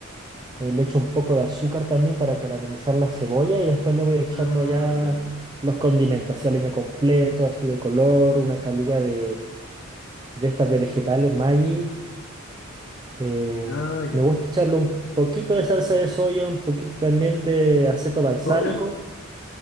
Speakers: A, on the right; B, on the left.
A: eh, le echo un poco de azúcar también para caramelizar la cebolla y después le voy echando
B: Ah,
A: ya
B: ya.
A: los condimentos, así leño completo, ají de color, una caluga de, de estas de vegetales, Maggi. Eh,
B: Ah, ya.
A: me gusta echarle un poquito de salsa de soya, un poquito también de aceto balsámico
B: ¿Soya?